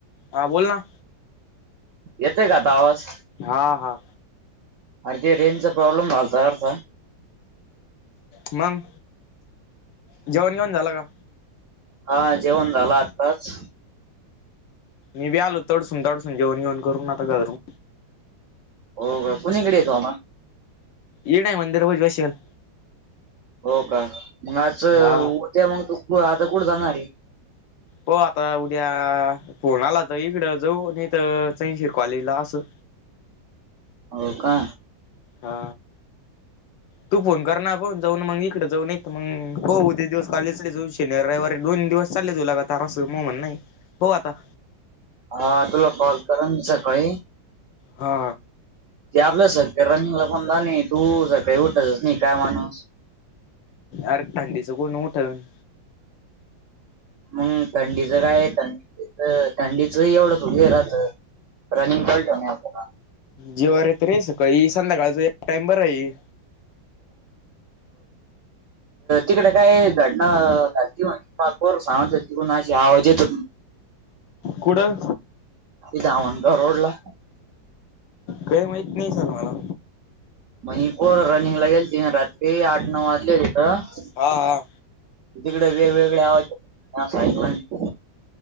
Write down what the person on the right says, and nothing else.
येतय का आता आवाज.
अर ते रेंजचा प्रॉब्लेम झालथा जरसा.
हा जेवण झालं आताच.
हो का कोणीकडे येतो आम.
हो का मग आज उदया
मग तू आता तू कुठ जाणार आहे.
हो का?
हा तुला कॉल करन सकाळी.
ते आपलं सगळ रनिंगला पण म्हनला पन नाही तु सकाळी उठतस नाही काय माणूस. <unintelligible>
मग थंडीच काय थंडीच थंडीच एवढंच हे रहतं रनिंग काल ठेवनार होता.
तिकड काय घटना घल. <unintelligible> पाचपोर सांगत होती तीकून अशी आवाज येत हो ना. <unintelligible>
धामन गाव रोडला
म्हन जी पोर रनिंगला गेलथी रात्री आठ नऊ वाजले इथं.
तिकडे वेगवेगळ्या आवाज. <unintelligible>